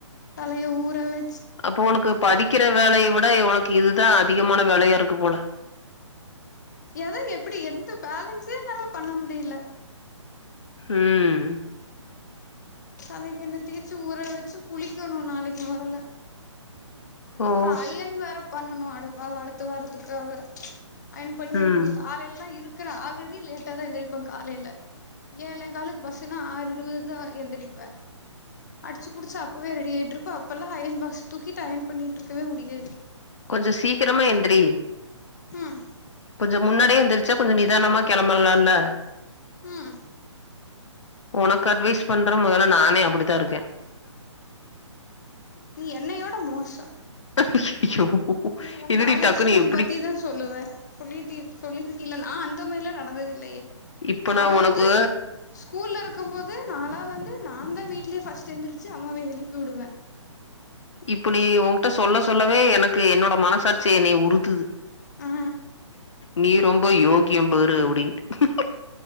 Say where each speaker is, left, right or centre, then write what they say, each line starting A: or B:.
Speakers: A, on the left; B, on the left.
A: பழய ஊர வை
B: அப்போ உனக்கு படிக்கிற வேலய விட உனக் இதுதா அதிகமான வேலயா இருக்கு போல
A: ஏதோ எப்படி எந்த பேலன்ஸே என்னாலா பண்ண முடியல
B: உம்
A: தலைக்கெண்ண தேச்சு ஊற வெச்சு குளிக்கணு நாளைக்கு முதல
B: ஓ
A: அப்பறம் அயன்
B: ஸ்
A: வேற பண்ணணு அடுத அடுத்த வரதுக்காக அயன் பண்ணி வைக்கணு
B: ம்
A: காலைல எலாம் இருக் இருக்க ஆல்ரெடி லேட்டா தா எந்திரப்பே காலையில ஏழே காலுக்கு பஸ்ஸுனா ஆறு இருபது தா எந்திரிப்பே அடிச்சு புடிச்சு அப்பவே ரெடி ஆயட்டு இருப்போ அப்பல்லா அயன் பாக்ஸ் தூக்கிட்டு அயன் பண்ணிட்டு இருக்கவே முடியாது
B: கொஞ்ச சீக்கிரமா எந்திரி
A: உம்
B: கொஞ்ச முன்னாடியே எந்தெரிச்சா கொஞ்ச நிதானமா கிளம்பலா இல்ல
A: ம்
B: உனக்கு அட்வைஸ் பண்ற முதல்ல நானே அப்டித்தா இருக்கே
A: நீ என்னையோடமோ ச
B: <unintelligible>
A: நீ உன்
B: என்னடி
A: காலேஜ்
B: டக்குனு
A: ஸ்கூல்
B: எப்டி
A: பத்திதான் சொல்லுவே சொல்லுடி சொல்லிருக்கல்ல நா அந்த மாரிலாம் நடந்தது இல்லையே
B: இப்ப
A: நாலா
B: நா உனக்கு
A: வந்து ஸ்கூல்ல இரு இருக்கு போது நாளா வந்து நா நாந்தா வீட்லயே ஃபர்ஸ்ட் எந்திருச்சு அம்மாவ எழுப்பி வுடுவே
B: இப்புலி ஓங்கிட்ட சொல்ல சொல்லவே எனக்கு என்னோட மனசாட்சி என்னைய உறுத்துது
A: ஆ
B: நீ ரொம்ப யோக்கியம் பாரு அப்டின்ட்டு